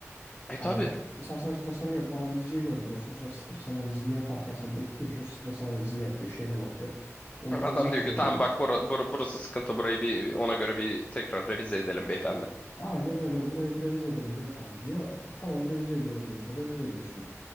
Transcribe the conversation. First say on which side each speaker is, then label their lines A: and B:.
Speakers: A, on the left (about 25°); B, on the left (about 45°).
A: E
B: Hani
A: tabii.
B: sen sadece tasarım yapıp analizciye gönderiyorsun. Sonra stres analizini yaparken sen bekliyorsun. Stres analizini yapıyor. Şeyine bakıyor. Olur
A: Adam
B: olmaz
A: diyor ki
B: veriyor.
A: tamam bak bura- bura- burası sıkıntı burayı bir ona göre bir tekrar revize edelim beyefendi.
B: Aynen öyle. buraya bir revize edelim beyefendi diyor. Tamam revize ediyorum diyorsun. Revize ediyorsun.